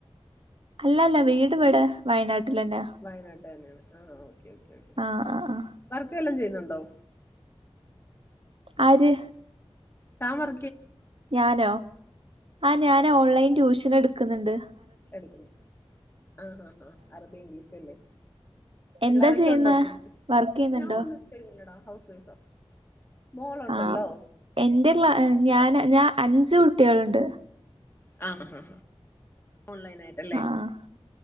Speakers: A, on the right (about 60°); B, on the left (about 20°).
A: അല്ല അല്ല വീട് ഇവിടെ വയനാട്ടിലെന്നെയാ
B: വയനാട്ട്കാരനാണ് ആ ഓക്കെ ഓകെ ഓക്കെ
A: ആ ആ ആ
B: വർക്ക് വല്ലോം ചെയ്യുന്നു ട്ടോ
A: ആര്
B: താൻ വർ
A: ഞാനോ ആ ഞാൻ ഓൺലൈൻ ട്യൂഷൻ എട്ക്ക്‌ന്നുണ്ട്
B: എട്ക്ക്‌ന്ന് ആ ആ ഹ അറബി ഇംഗ്ലീഷും അല്ലേ പിള്ളാരൊക്കെ
A: എന്താ ചെയ്യുന്നെ
B: ഉണ്ടോ
A: വർക്ക് ചെയ്യുന്നുണ്ടോ
B: ഞാൻ ഒന്നും ഇട്ടുന്ന്ല്ലടാ ഹൗസ് വൈഫാ മോളുണ്ടല്ലോ
A: ആ എന്റെ ക്ല ഞാൻ ഞാൻ അഞ്ച് കുട്ടികളുണ്ട്.
B: ആ ആ ആ ഓൺലൈൻ ആയിട്ടല്ലേ
A: ആഹ്